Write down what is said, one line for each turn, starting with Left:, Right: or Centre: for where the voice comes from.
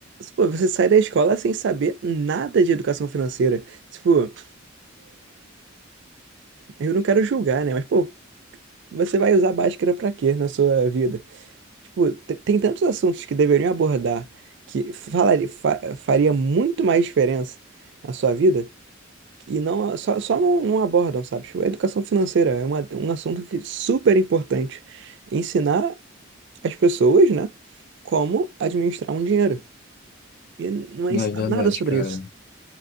Right: Pô, você sai da escola sem saber nada de educação financeira. Tipo, eu não quero julgar, né? Mas, pô, você vai usar báscara pra quê na sua vida? Tipo, te- tem tantos assuntos que deveriam abordar que falaria, fa- faria muito mais diferença na sua vida E não, só, só não, não abordam, sabe? Tipo, a educação financeira é uma, um assunto que super importante. Ensinar as pessoas, né, como administrar um dinheiro. E não é
Left: Não,
Right: ensinado
Left: é verdade,
Right: nada sobre
Left: cara.
Right: isso.